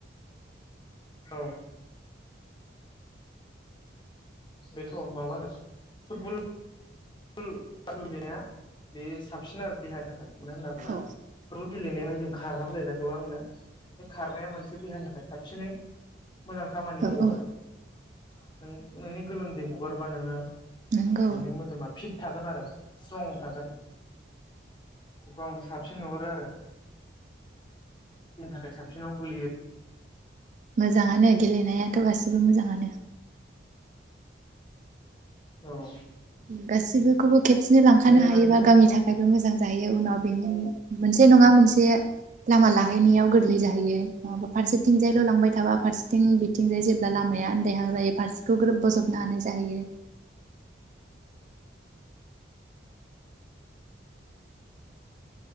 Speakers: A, on the left (about 25°); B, on the right (about 45°).
A: औ बेथ' माबा <unintelligible> फुटबल फुटबल लेनाया बेयो साबसिन आरो देहानि थाखाय। मानो होनना बुंब्ला
B: औ
A: फुटबल गेलेनायाव जों खारनांगौायोना गोबांनो <inaudible> खारनाया मोनसे देहानिफ्राय साबसिनै मोजां खामानि मावो
B: औ
A: आरो न नोंनि गोलोमदै हगारबा नोङो
B: नंगौ
A: नोंनि मोदोमा फिट थागोन आरो स्ट्रं थागोन बेखौ आं साबसिन नुहरो आरो बिनि थाखाय साबसिनाव गोलैयो
B: मोजाङानो गेलेनायाथ' गासिबो मोजाङानो
A: औ
B: गासिबोखौबो खे सेनो लांखानो
A: गेलेनांगौ
B: हायोबा गावनि थाखायबो मोजां जाहायो उनाव बेनि मोनसे नङा मोनसे लामा लाहैनायाव गोरलै जाहैयो नङाबा फारसेथिंजायल' लांबाय थाबा फारसेथिं बिथिंजाय जेब्ला लामाया आन्दायहां जायो फारसेखौ बजबनो हानाय जाहैयो